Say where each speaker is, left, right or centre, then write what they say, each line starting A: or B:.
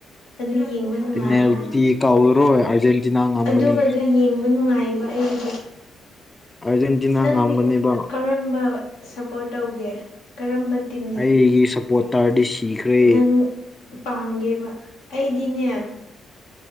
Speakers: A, on the left; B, on the left.
A: ꯑꯗꯨ ꯌꯦꯡꯕ ꯅꯨꯡꯉꯥꯏꯕꯅꯤ
B: ꯄꯦꯅꯥꯜꯇꯤ ꯀꯥꯎꯔꯔꯣꯏ ꯑꯥꯔꯖꯦꯟꯇꯤꯅꯥ ꯉꯝꯒꯅꯤ
A: ꯑꯗꯨꯒ ꯑꯗꯨ ꯌꯦꯡꯕ ꯅꯨꯡꯉꯥꯏꯌꯦꯕ ꯑꯩꯒꯤꯗꯤ
B: ꯑꯥꯔꯖꯦꯟꯇꯤꯅꯥ
A: ꯅꯪꯗꯤ
B: ꯉꯝꯒꯅꯦꯕ
A: ꯀꯔꯝꯕ ꯁꯞꯄꯣꯔꯠ ꯇꯧꯒꯦ ꯀꯔꯝꯕ ꯇꯤꯝꯗ
B: ꯑꯩꯒꯤ ꯁꯞꯄꯣꯇꯔꯗꯤ ꯁꯤꯈ꯭ꯔꯦ
A: ꯅꯪ ꯄꯥꯝꯒꯦꯕ ꯑꯩꯗꯤꯅꯦ